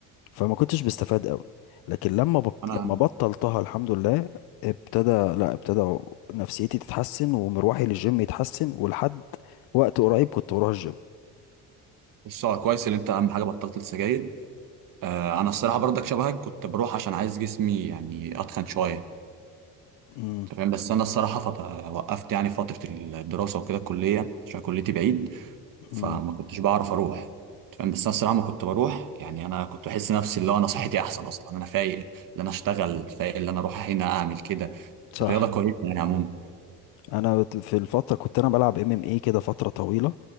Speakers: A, on the left; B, on the right.
A: فما كنتش بستفاد قوي لكن لما بط...
B: انا
A: لما بطلتها الحمد لله ابتدى لا ابتدى نفسيتي تتحسن ومروحي للجيم يتحسن ولحد وقت قريب كنت بروح الجيم
B: بص هو كويس ان انت اهم حاجه بطلت السجاير آه، انا الصراحه برضك شبهك كنت بروح عشان عايز جسمي يعني اتخن شويه
A: امم
B: أنت فاهم بس انا الصراحه فط... وقفت يعني فتره الدراسه وكده الكليه عشان كليتي بعيد فما
A: امم
B: كنتش بعرف اروح أنت فاهم بس انا الصراحه ما كنت بروح يعني انا كنت بحس نفسي اللي هو انا صحتي احسن اصلا انا فايق اللي انا اشتغل فايق اللي انا اروح هنا اعمل كده
A: صح
B: الرياضه كويسه يعني عموما
A: انا بت- في الفتره كنت انا بلعب ام ام اي كده فتره طويله